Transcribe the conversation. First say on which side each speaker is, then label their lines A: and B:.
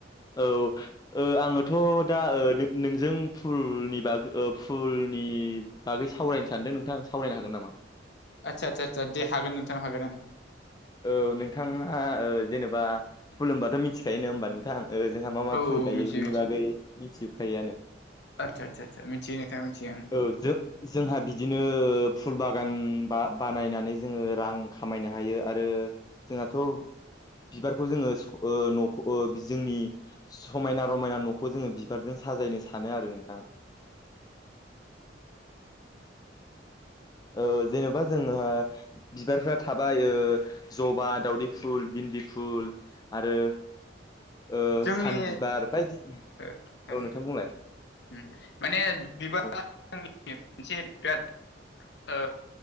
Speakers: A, on the left; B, on the left.
A: औ ओ आङोथ' दा ओ नोंजों फुलनि बागै ओ फुलनि बागै सावरायनो सानदों नोंथां सावरायनो हागोन नामा
B: आदसा आदसा आसा दे हागोन नोंथां हागोन आं
A: औ नोंथाङा ओ जेनेबा खुलुमबाथ' मिथिखायो नङा होमबा नोंथां ओ जोंहा मा मा
B: ओं औ
A: फुल गायो
B: मिथियो
A: बिनि बागै मिथिजोबखायोआनो
B: आदचा चा चा मिथियो नोंथाङ मिथियो आं
A: औ जों जोंहा बिदिनो फुल बागान बा बानायनानै जोङो रां खामायनो हायो आरो जोंहाथ' बिबारखौ जोङो स न'खौ बि जोंनि समायना रमायना न'खौ जोङो बिबारजों स साजायनो सानो आरो नोंथां ओ जेन'बा जोंहा बिबारफ्रा थाबाय ओ जबा दावदै फुल बि दि फुल आरो ओ
B: जोंनि
A: सान बिबार बायदि
B: ओ
A: औ
B: ओं
A: नोंथां बुंलाय
B: उम माने बिबार
A: औ
B: बागानि मोनसे बिराद ओ